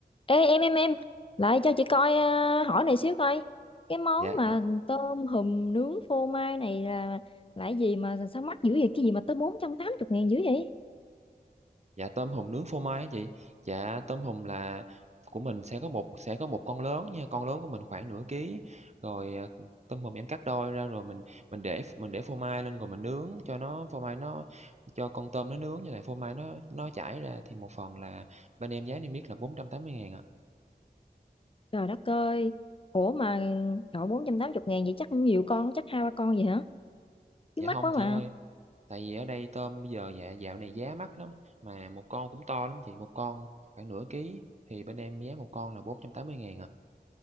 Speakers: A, on the left (about 35°); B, on the right (about 40°).
A: Ê em em em lại cho chị coi ờ, hỏi này xíu coi cái món
B: Dạ,
A: mà
B: dạ,
A: tôm hùm nướng phô mai này là là cái gì mà sao mắc dữ vậy cái gì mà tới 480 ngàn dữ vậy
B: dạ, tôm hùm nướng phô mai á chị. Dạ, tôm hùm là của mình sẽ có một sẽ có một con lớn nha, con lớn của mình khoảng nửa ký, rồi, à, tôm hùm em cắt đôi ra rồi mình mình để mình để phô mai lên rồi mình nướng cho nó phô mai nó cho con tôm nó nướng như lại phô mai nó nó chảy ra thì một phần là bên em giá niêm yết là bốn trăm tám mươi ngàn ạ.
A: trời đất ơi ủa mà trời 480 ngàn vậy chắc cũng nhiều con chắc hai ba con vậy hả chứ
B: Dạ
A: mắc
B: không
A: quá
B: chị
A: mà
B: ơi, tại vì ở đây tôm bây giờ dạ dạo này giá mắc lắm, mà một con cũng to lắm chị, một con khoảng nửa ký thì bên em giá một con là bốn trăm tám mươi ngàn ạ.